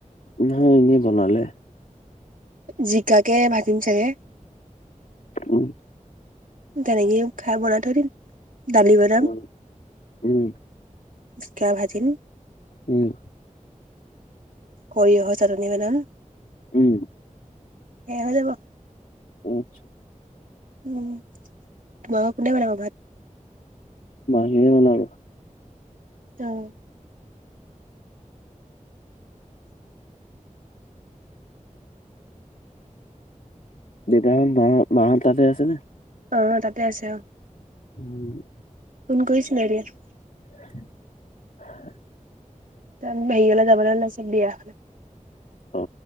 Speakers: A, on the left (about 75°); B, on the right (about 85°).
A: নহয় এনেই বনালে।
B: জিকাকে ভাজিম চাগে।
A: উ।
B: তেনেকে খাই বনাই থৈ দিম, দালি বনাম।
A: উম উম
B: জিকা ভাজিম।
A: উম।
B: কৰি অহ চাটনী মাদাম। <unintelligible>
A: উম।
B: এব দোব।
A: আছা।
B: উম, তোমোকৰ কোনে বনাব ভাত।
A: মহিয়ে বনাব।
B: অহ।
A: দেউতাহত মাহ মাহ তালতে আছে নে।
B: অ তাতে আছে অ।
A: উম <inaudible>
B: গৈছ নয়-
A: <unintelligible>
B: হেৰীলে যাব লৈছে বিয়া খাবলে-
A: অ